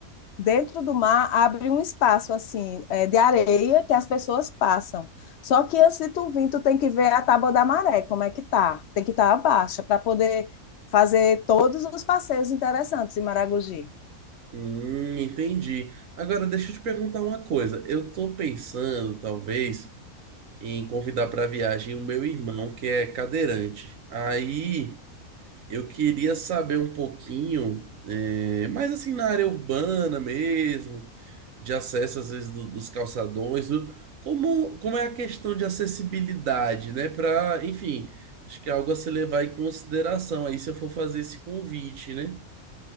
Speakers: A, on the left; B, on the right.
A: dentro do mar abre um espaço assim é, de areia que as pessoas passam. Só que antes de tu vir, tu tem que ver a tábua da maré, como é que tá. Tem que estar tá abaixo para poder fazer todos os passeios interessantes em Maragogi.
B: Hum, entendi. Agora, deixa eu te perguntar uma coisa. Eu tô pensando, talvez, em convidar para viagem o meu irmão, que é cadeirante. Aí. Eu queria saber um pouquinho, é, mais assim na área urbana mesmo, de acesso às vezes do- dos calçadões, do- como, como é a questão de acessibilidade, né? Para, enfim, acho que é algo a se levar em consideração aí se eu for fazer esse convite, né?